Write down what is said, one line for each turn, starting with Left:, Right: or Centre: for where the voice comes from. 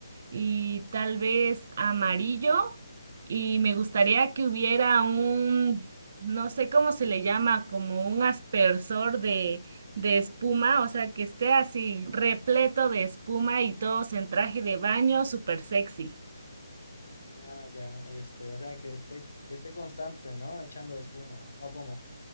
Right: y tal vez amarillo. Y me gustaría que hubiera un, no sé cómo se le llama, como un aspersor de, de espuma, o sea, que esté así repleto de espuma y todos en traje de baño, súper sexy.
Left: Ah, ya, este, o sea, que esté, que esté constante, ¿no? Echando espuma, ¿o cómo?